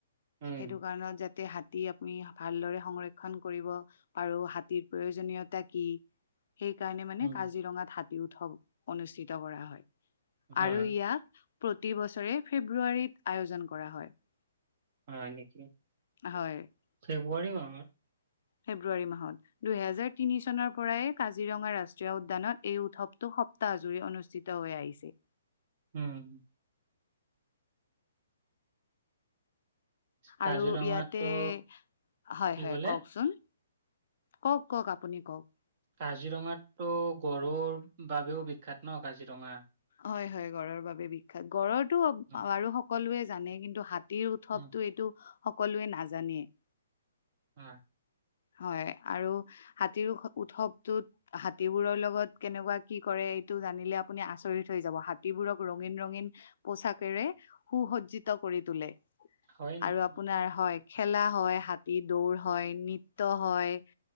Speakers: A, on the right (about 35°); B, on the left (about 50°).
A: উম
B: <inaudible> সেইটো কাৰণত যাতে <unintelligible> <unintelligible> হাতী আপুনি ভালদৰে সংৰক্ষন কৰিব পাৰোঁ। হাতীৰ প্ৰয়োজনীয়তা কি? <unintelligible> সেইকাৰণে মানে
A: উম।
B: কাজিৰঙাত হাতী উৎসৱ অনুষ্ঠিত কৰা হয়। <unintelligible>
A: হয়,
B: আৰু ইয়াক প্ৰতি বছৰে ফেব্ৰুৱাৰীত আয়োজন কৰা হয়। <inaudible>
A: হয় নেকি? <inaudible>
B: হয়। <inaudible>
A: ফেব্ৰুৱাৰী মাহত? <unintelligible>
B: ফেব্ৰুৱাৰী মাহত। দুহেজাৰ তিনি চনৰ পৰাই কাজিৰঙা ৰাষ্ট্ৰীয় উদ্যানত এই উৎসৱটো <unintelligible> <unintelligible> সপ্তাহ জুৰি অনুষ্ঠিত হৈ আহিছে।
A: উম! <inaudible> কাজিৰঙাতো
B: আৰু ইয়াতে <inaudible> হয়-হয়,
A: কি ক'লে?
B: কওঁকচোন? কওক-কওক, আপুনি কওক? <unintelligible>
A: কাজিৰঙাত তো গঁড়ৰ বাবেও বিখ্যাত ন কাজিৰঙা। <unintelligible>
B: হয়-হয়, গঁড়ৰ বাবে বিখ্যাত। গঁড়ৰটো
A: উম,
B: আৰু সকলোৱেই জানে কিন্তু হাত <unintelligible> হাতীৰ উৎসৱটো
A: উম,
B: এইটো সকলোৱেই জানে নাজানেই। <inaudible>
A: হয়। <inaudible>
B: হয় আৰু হাতীৰ উৎসৱ-উৎসৱটোত <unintelligible> হাতীবোৰৰ লগত কেনেকুৱা কি কৰে এইটো জানিলে আপুনি আচৰিত হৈ যাব। হাতীবোৰক ৰঙীন-ৰঙীন <unintelligible> পোচাকেৰে সু-সজ্জিত কৰি তোলে। <inaudible>
A: হয় নেকি?
B: আৰু আপোনাৰ হয় খেলা হয়, হাতী দৌৰ হয়, নৃত <unintelligible> নৃত্য হয়।